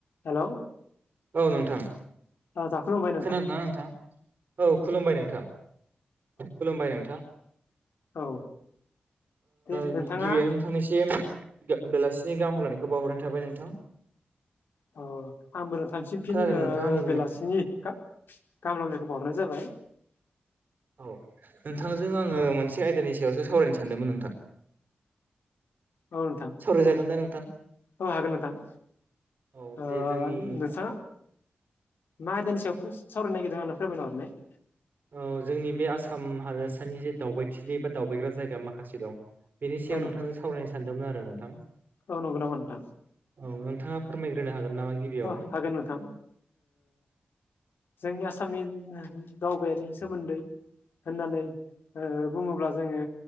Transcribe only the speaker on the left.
Hello
ओ जाखुलुमबाय।
औ दे
नोंथाङा
अ आंबो नोंथांनिसिम फिन
बेलासिनि गाहाम हालामनायखौ बावनाय जाबाय
ओ
औनोंथां
औ हागोन नोंथां।
ओ
नोंथाङा मा आयदानि सायाव बोस सावरायनो नागिरदों आंनो फोरमायना हरनाय।
औ नोंथां
औ नंगौ नामा नोंथां
औ हागोन नोंथां‌। जोंनि आसामनि दावबायनि सोमोन्दै होननानै बुङोब्ला जोङो